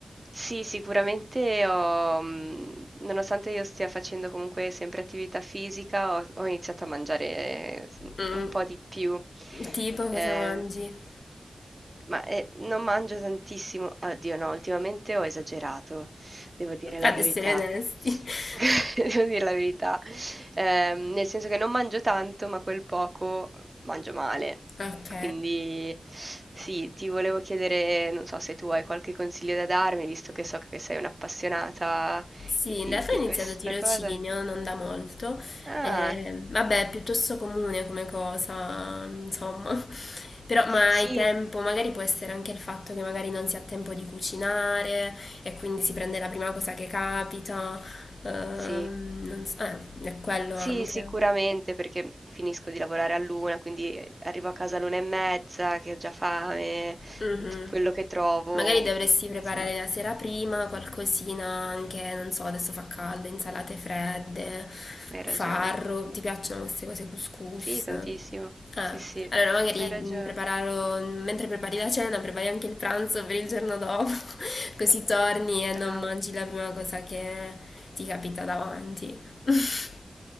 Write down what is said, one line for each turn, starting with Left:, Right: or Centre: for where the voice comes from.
Right: sì, sicuramente ho, mhmm, nonostante io stia facendo comunque sempre attività fisica, ho ho iniziato a mangiare eh, s
Left: Mm,
Right: un po' di più.
Left: tipo cosa
Right: Ehm,
Left: mangi? <laughs>
Right: ma, ehm, non mangio tantissimo oddio no, ultimamente ho esagerato, devo dire la
Left: Ad
Right: verità.
Left: essere onesti. <laughs>
Right: <laughs> Devo dir la verità. Ehm, nel senso che non mangio tanto, ma quel poco mangio male.
Left: Ok.
Right: Quindi sì, ti volevo chiedere, non so se tu hai qualche consiglio da darmi, visto che so che sei un'appassionata
Left: Sì,
Right: di,
Left: in
Right: di-
Left: realtà
Right: di
Left: ho iniziato
Right: questa
Left: tirocinio
Right: cosa.
Left: non da molto,
Right: Ah,
Left: eh, vabbè, è piuttosto comune come cosa, insomma, <laughs> però ma
Right: sì,
Left: hai tempo, magari può essere anche il fatto che magari non si ha tempo di cucinare e quindi si prende la prima cosa che capita, ehm,
Right: sì,
Left: non so, eh, è quello
Right: sì,
Left: anche.
Right: sicuramente, perché finisco di lavorare all'una, quindi eh, arrivo a casa all'una e mezza, che ho già fame,
Left: Mhm.
Right: quello che trovo,
Left: Magari dovresti preparare
Right: insomma,
Left: la sera prima qualcosina anche, non so, adesso fa caldo, insalate fredde,
Right: hai
Left: farro,
Right: ragione.
Left: ti piacciono queste cose couscous?
Right: Sì, tantissimo.
Left: Ah,
Right: Sì, sì,
Left: allora magari
Right: hai ragione.
Left: mh, prepararlo, mentre prepari la cena, prepari anche il pranzo per il giorno dopo, <laughs> così torni e non
Right: Brava.
Left: mangi la prima cosa che ti capita davanti. <laughs>